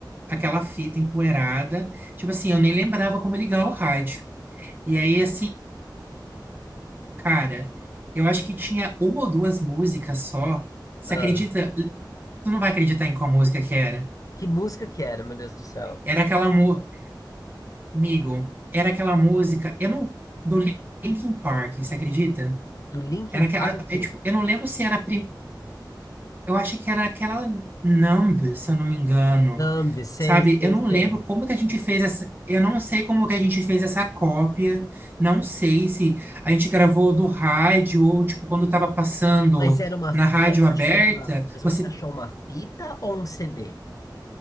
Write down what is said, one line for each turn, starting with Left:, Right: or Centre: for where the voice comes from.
Right: aquela fita empoeirada. Tipo assim, eu nem lembrava como ligar o rádio. E aí, assim, cara, eu acho que tinha uma ou duas músicas só. Você
Left: ah.
Right: acredita? Tu não vai acreditar em qual música que era.
Left: Que música que era, meu Deus do céu?
Right: Era aquela mu... Amigo, era aquela música. Eu não. Do Linkin Park, você acredita?
Left: Do Linkin
Right: Era aquela.
Left: Park?
Right: É, tipo, eu não lembro se era a prim- Eu acho que era aquela Numb, se eu não me engano.
Left: Numb, sei,
Right: Sabe,
Left: sei,
Right: eu não lembro
Left: sei.
Right: como que a gente fez essa. Eu não sei como que a gente fez essa cópia. Não sei se a gente gravou do rádio ou, tipo, quando estava passando
Left: Mas era uma,
Right: na
Left: fi-
Right: rádio
Left: você
Right: aberta.
Left: achou uma, mas você
Right: Você...
Left: achou uma fita ou um CD?